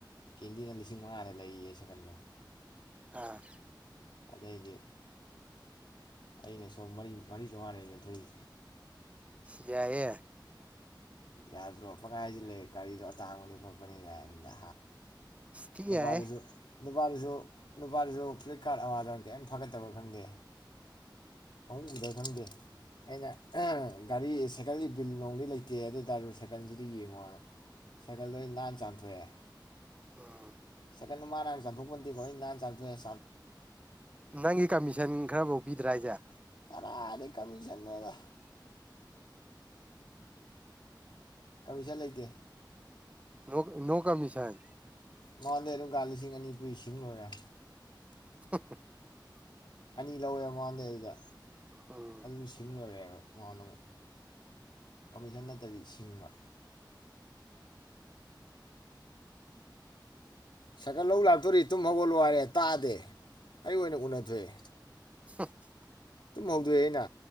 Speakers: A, on the left (about 75°); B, on the right (about 15°).
A: ꯀꯦꯟꯗꯤꯅ ꯂꯤꯁꯤꯡ ꯃꯉꯥꯗ ꯂꯩꯌꯦ ꯁꯀꯟꯗꯣ
B: ꯍꯥꯥ
A: ꯑꯗꯩꯗꯤ ꯑꯩꯅ ꯁꯣꯝ ꯃꯔꯤ ꯃꯔꯤ ꯆꯝꯃꯉꯥ ꯂꯩꯦ ꯌꯣꯟꯊꯣꯛꯏ
B: ꯁꯤ ꯌꯥꯏꯌꯦꯦ
A: ꯌꯥꯗ꯭ꯔꯣ ꯄꯉꯥꯏꯁꯤ ꯂꯩ ꯀꯔꯤꯗꯣ ꯑꯇꯥꯡꯕꯅꯤ ꯈꯣꯠꯄꯅꯤ ꯀꯥꯏꯝꯗ
B: ꯊꯤ
A: ꯅꯨꯄꯥꯔꯁꯨ
B: ꯌꯥꯏꯌꯦ
A: ꯅꯨꯄꯥꯗꯨꯁꯨ ꯅꯨꯄꯥꯗꯨꯁꯨ ꯐ꯭ꯂꯤꯞꯀꯥꯔꯠ ꯑꯃꯋꯥꯗ ꯀꯩꯝ ꯐꯒꯠꯇꯕ ꯈꯪꯗꯦ ꯑꯍꯨꯝꯗ ꯈꯪꯗꯦ ꯑꯩꯅ ꯒꯥꯔꯤ ꯁꯥꯏꯀꯜꯒꯤ ꯕꯤꯜ ꯅꯣꯡꯗꯤ ꯂꯩꯇꯦ ꯑꯗꯨ ꯇꯗꯔ ꯁꯥꯏꯀꯜꯁꯤꯗꯤ ꯌꯦꯡꯉꯣ ꯁꯥꯏꯀꯜꯗꯣ ꯅꯥꯟꯅ ꯆꯥꯝꯊꯣꯛꯑꯦ
B: ꯎꯝ
A: ꯁꯀꯩꯅꯅ ꯃꯥꯅ ꯆꯥꯊꯣꯛꯄꯗꯦꯀꯣ ꯑꯩ ꯅꯥꯟ ꯆꯥꯊꯣꯛꯑꯦ
B: ꯅꯪꯒꯤ ꯀꯃꯤꯁꯟ ꯈꯔꯐꯥꯎ ꯄꯤꯗ꯭ꯔꯥ ꯍꯥꯏꯁꯦ
A: ꯈꯥꯔꯦ ꯀꯃꯤꯁꯅꯣꯗ ꯀꯔꯤꯁꯠ ꯂꯩꯇꯦ
B: ꯅ ꯅꯣ ꯀꯃꯤꯁꯟ
A: ꯃꯉꯣꯟꯗꯩ ꯑꯗꯨꯝ ꯀ ꯂꯤꯁꯤꯡ ꯑꯅꯤ ꯄꯨꯨꯁꯤꯡ ꯂꯣꯏꯔꯦ
B: <inaudible>
A: ꯑꯅꯤ ꯂꯧꯋꯦꯕ ꯃꯥꯟꯗꯩ ꯑꯗꯨꯗ
B: ꯎꯝ
A: ꯑꯗꯨ ꯁꯤꯡ ꯂꯣꯏꯔꯦꯕ ꯃꯅ ꯀꯃꯤꯁꯟ ꯅꯠꯇꯕꯤ ꯁꯤꯡꯅ ꯁꯒ ꯂꯧ ꯂꯥꯛꯇꯧꯔꯤ ꯇꯨꯝ ꯍꯧꯒꯠꯂꯣ ꯍꯥꯏꯔꯦ ꯇꯥꯗꯦ ꯑꯩ ꯑꯗꯨꯝ ꯎꯅꯊꯣꯛ ꯑꯦ
B: <inaudible>
A: ꯇꯨꯝ ꯍꯧꯗꯣꯛꯑꯦ ꯑꯩꯅ